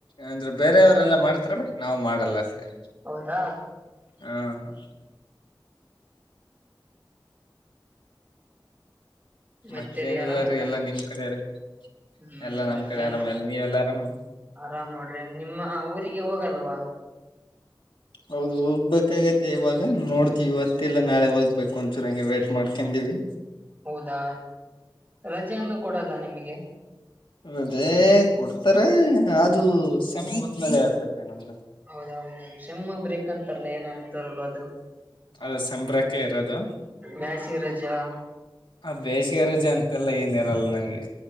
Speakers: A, on the left; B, on the right.
A: ಅಂದ್ರೆ ಬೇರೆಯವರೆಲ್ಲ ಮಾಡ್ತಾರ ಬಟ್ ನಾವು ಮಾಡಲ್ಲಷ್ಟೆ
B: ಹೌದಾ
A: ಹಾ ಹ
B: ಮತ್ತೆ
A: ಮತ್ತೇನಲ್ಲಾರೀ
B: ರೀ ಆರಾಮಲ್ಲ
A: ಎಲ್ಲಾ ನಿಮ್ ಕಡೆ ರೀ
B: ಹ್ಮ್
A: ಎಲ್ಲಾ ನಮ್
B: ಮಧ್ಯಾಹ
A: ಕಡೆ ಆರಾಮ ಎಲ್ಲ ನೀವೆಲ್ಲಾ ಆರಾಮಲ್ಲ
B: ಆರಾಮ್ ನೋಡ್ರಿ ನಿಮ್ಮ ಊ ಈ ಹೋಗಲ್ವಾ
A: ಹೌದು ಹೋಗ್ಬೇಕಾಗತೆ ಇವಾಗ ನೋಡ್ತಿವಿ ಇವತ್ತಲ್ಲ ನಾಳೆ ಹೋಗ್ಬೇಕು ಒಂದಚೂರ ಹಂಗೆ ವೇಟ್ ಮಾಡ್ಕೊಂಡಿವವಿ
B: ಹೌದಾ ರಜೆಯನ್ನು ಕೊಡಲ್ಲ ನಿಮ ಗೆ
A: ಹೌ <inaudible> ಅದೇ ಕೊಡ್ತಾರೆ ಅ ಅದು ಸಮಯ ಹೋದ್ಮೇಲೆ ಆರ್ತೆ ನಮ್ದ
B: ಹೌದೌದ ಚಮ್ಮ ಬ್ರೇಕ್ ಹಂತಾರಲ್ಲ ಏನಂತಾರಲ್ ಅದು
A: ಅದ ಸಂಬ್ರಕ್ಕೆ ಇರೋದು
B: ಬ್ಯಾಸಿ ರಜಾ
A: ಆ ಬೇಷಗಾರಜೆ ಅಂತೆಲ್ಲ ಏನ್ ಇರಲ್ಲ ನಿಮ್ಗೆ